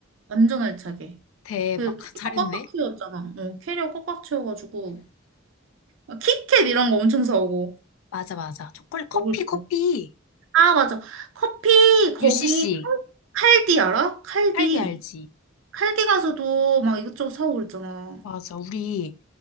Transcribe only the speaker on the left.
대박.
<laughs> 잘했네.
맞아, 맞아. 초콜릿, 커피,
커피.
UCC.
할디 알지?
맞아. 우리